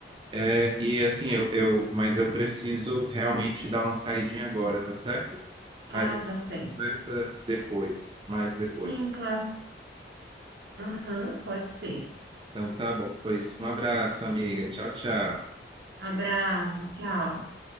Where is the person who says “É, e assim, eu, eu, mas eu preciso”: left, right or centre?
Right